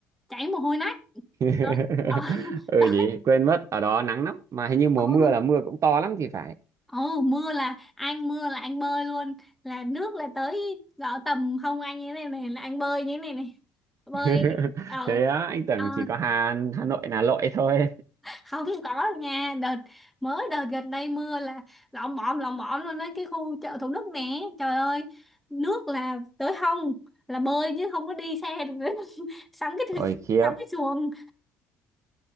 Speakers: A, in the centre; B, on the right (about 45°).
A: chảy mồ hôi nách. Đấy,
B: <laughs>
A: ờ, <laughs>
B: ừ
A: đấy,
B: nhỉ quên mất ở đó nắng lắm mà hình như mùa
A: ừ,
B: mưa là mưa cũng to lắm thì phải
A: ừ, mưa là anh mưa là anh bơi luôn, là nước là tới gõ tầm hông anh như thế này này, là anh bơi như thế này này. Bơi,
B: <laughs>
A: ờ,
B: thế á, anh tưởng
A: ờ.
B: chỉ có Hà Hà Nội là lội thôi
A: không có đâu nha đợt mới đợt gần đây mưa là lộn bộn lộn bộn luôn đấy cái khu chợ Thủ Đức nè trời ơi nước là tới hông là bơi chứ không có đi xe được nữa <laughs> sắm cái
B: ôi khiếp
A: sắm cái xuồng